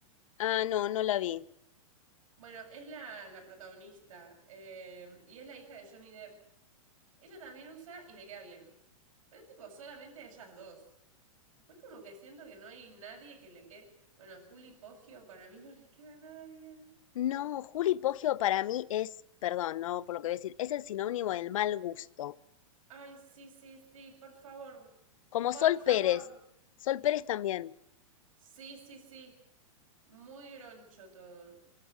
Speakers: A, on the left (about 70°); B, on the right (about 70°).
A: Ah, no, no la vi.
B: Bueno, es la, la protagonista, eh, y es la hija de Johnny Depp. Ella también usa y le queda bien. Pero es tipo solamente ellas dos. Después como que siento que no hay nadie que le quede... Bueno, a Juli Poggio para mí no les queda nada bien.
A: No, Juli Poggio para mí es, perdón, no por lo que voy a decir, es el sinónimo del mal gusto.
B: Ay, sí, sí, sí, por favor.
A: Como
B: Por
A: Sol
B: favor.
A: Pérez. Sol Pérez también.
B: Sí, sí, sí. Muy groncho todo.